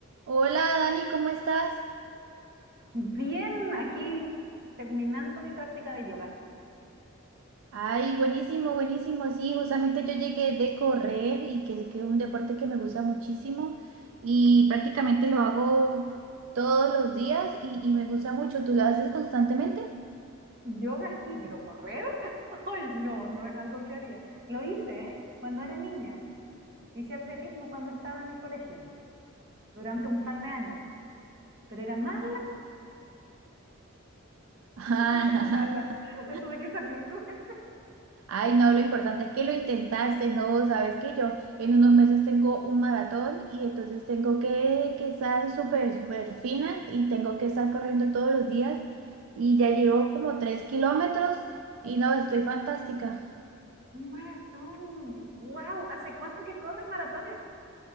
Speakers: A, on the right; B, on the right.
A: Hola Dani, ¿cómo estás?
B: Bien, aquí terminando mi práctica de yoga.
A: Ay, buenísimo, buenísimo. Sí, justamente yo llegué de correr y que, que es un deporte que me gusta muchísimo y prácticamente lo hago todos los días y, y me gusta mucho. ¿Tú lo haces constantemente?
B: Yoga sí, pero correr, <laughs> ay, no, no es algo que haría. Lo hice, ¿eh? cuando era niña. Hice atletismo cuando estaba en el colegio, durante un par de años. Pero era mala,
A: <laughs>
B: <laughs> muy mala. Me tuve que salir. <laughs>
A: Ay, no, lo importante es que lo intentaste, no, sabes que yo en unos meses tengo un maratón y entonces tengo que, que estar súper, súper fina y tengo que estar corriendo todos los días y ya llevo como tres kilómetros y no, estoy fantástica.
B: Un maratón. ¡Wow! ¿Hace cuánto que corres maratones?